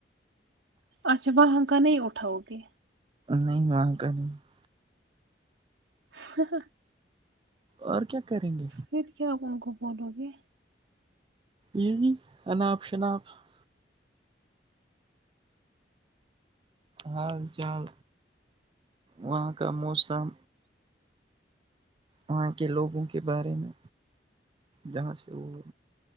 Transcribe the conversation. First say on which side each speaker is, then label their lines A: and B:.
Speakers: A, on the right (about 85°); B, on the right (about 25°).
A: اچھا وہاں کا نہیں اٹھاؤ گے
B: نہیں وہاں کا نہیں <unintelligible>
A: ہ <unintelligible>
B: اور کیا کریں گے
A: پھر کیا آپ ان کو بولو گے
B: یہ انناپ شناپ <unintelligible> حال چال وہاں کا موسم وہاں کے لوگوں کے بارے میں جہاں سے وہ